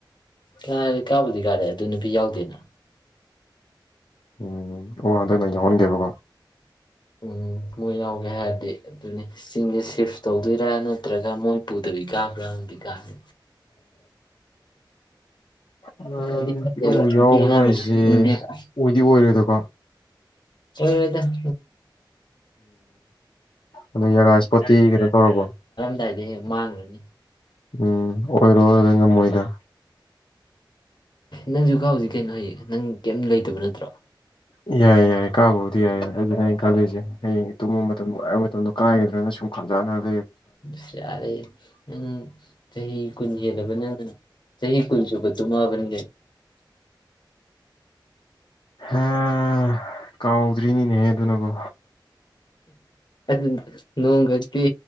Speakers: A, on the left; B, on the left.
A: ꯀꯔꯦ ꯀꯥꯕꯨꯗꯤ ꯀꯥꯔꯦ ꯑꯗꯨ ꯅꯨꯄꯤ ꯌꯥꯎꯗꯦꯅ
B: ꯎꯝ ꯑꯣ ꯍꯟꯗꯛꯅ ꯌꯥꯎꯍꯟꯒꯦꯕꯀꯣ
A: ꯎꯝ ꯃꯣꯏ ꯌꯥꯎꯒꯦ ꯍꯥꯏꯔꯗꯤ ꯑꯗꯨꯅꯤ ꯆꯤꯡꯗ ꯆꯤꯞꯁ ꯇꯧꯗꯣꯏꯔꯥ ꯅꯠꯇ꯭ꯔꯒ ꯃꯣꯏ ꯄꯨꯨꯗꯕꯤ ꯀꯥꯕ꯭ꯔꯥꯗꯤ ꯀꯥꯦ
B: ꯎꯝ
A: ꯐꯗꯤ
B: ꯅꯨꯄꯤꯤ
A: ꯐꯠꯇꯦꯕ
B: ꯑꯃꯕꯨꯨꯛ
A: ꯅꯨꯄꯤ
B: ꯌꯥꯎꯕ
A: ꯑꯉꯥꯡꯒꯗꯤ
B: ꯍꯥꯏꯁꯦ
A: ꯄꯤꯅꯤꯡꯗꯦꯕ
B: ꯑꯣꯏꯗꯤ ꯑꯣꯏꯔꯣꯏꯗꯀꯣ
A: ꯍꯣꯏ ꯍꯣꯏꯗ ꯍ
B: ꯎꯝ ꯑꯣ ꯖꯒꯥ ꯏꯁꯄꯣꯔꯇꯤ ꯀꯩꯅꯣ ꯇꯧꯔꯕꯣ
A: ꯀꯥꯏꯗꯦ ꯍꯦ ꯃꯥꯡꯈ꯭ꯔꯅꯤ
B: ꯎꯝ ꯑꯣꯏꯔꯣ ꯑꯣꯏꯔꯣ ꯉꯝꯃꯣꯏꯗ
A: ꯅꯪꯁꯨ ꯀꯥꯎꯖꯤꯛ ꯀꯩꯅꯣ ꯍꯥꯏꯌꯦ ꯅꯪ ꯀꯩꯝ ꯂꯩꯇꯕ ꯅꯠꯇꯣ ꯀꯨꯇ꯭ꯔ
B: ꯌꯥꯏ ꯌꯥꯏ ꯀꯥꯕꯨ ꯦ ꯑꯗꯨ ꯀꯂꯦꯖꯦ ꯍꯌꯦꯡ ꯇꯨꯝꯕ ꯃꯇꯝꯗꯣ ꯑꯕ ꯃꯇꯝꯗꯣ ꯀꯥꯏꯒꯗ꯭ꯔꯅ ꯁꯨꯝ ꯈꯥꯖꯥꯟꯅꯔ
A: ꯑꯁ ꯌꯥꯔꯦ ꯅꯪ ꯆꯍꯤ ꯀꯨꯟ ꯍꯦꯜꯂꯕ ꯅꯪ ꯆꯍꯤ ꯀꯨꯟ ꯁꯨꯕ ꯇꯨꯝꯃꯑꯕꯅꯤ ꯀ
B: ꯎꯝ ꯀꯥꯎꯗ꯭ꯔꯤꯅꯤꯅꯦꯍꯦ ꯑꯗꯨꯅꯀꯣ
A: ꯑꯗꯨ ꯅꯣꯡꯒꯗꯤ